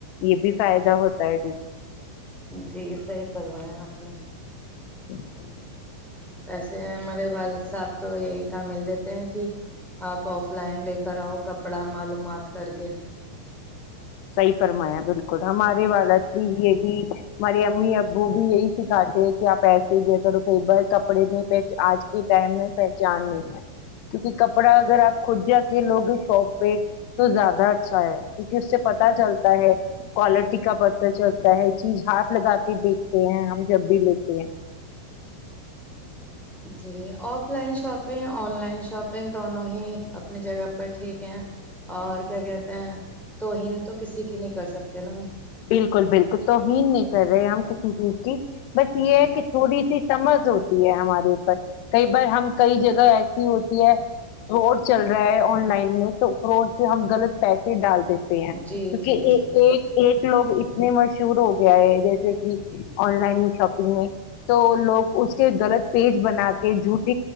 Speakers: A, on the left; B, in the centre.
A: یہ بھی فائدہ ہوتا ہے ج
B: جی صحی کروایایں آپ نے
A: ہ <unintelligible>
B: ویسے ہمارے بال صاحب تو یہی تھا مل دیتے ہیں کہ آپ آف لائن لے کر آؤ کپڑا معلومات کر کے
A: صحیح فرمایا بالکل ہمارے والی بھی یہ بھی ہمارے امی ابو بھی یہی سکھاتے ہیں کہ آپ ایسے د کرو کئی بار کپڑے میں پہچان آج کے ٹائم میں پہچان نہیں ہے کیونکہ کپڑا اگر آپ خود جا کے لوگے شاپ پہ تو زیادہ اچھا ہے کیونکہ اس سے پتا چلتا ہے کوالٹی کا پتا چلتا ہے چیز ہاتھ لگا کے دیکھتے ہیں ہم جب بھی لیتے ہیں
B: جی offline shopping online shopping دونوں ہی اپنی جگہ پر ٹھیک ہیں اور کیا کہتے ہیں تو ہند تو کسی کی نہیں کر سکتے ہیں نا ہم
A: بالکل بالکل تو ہیین نہیں کر رہے ہم کسی چیز کی بس
B: جی
A: یہ ہے کہ تھوڑی سی سمجھ ہوتی ہے ہمارے اوپر کئی بار ہم کئی جگہ ای ہوتی ہے روڈ چل رہا ہے آن لائن لائن میں تو فراڈ کے ہم لط پیسے ڈال دیتے تے ہیں
B: جی
A: کیونکہ
B: جی
A: یہ
B: جی
A: ایک لوگ اتنے مشہور ہو گیا ہے جیسے کہ آن لائن شاپنگ میں تو لوگ اس کے غلط پیج بنا کے جھوٹ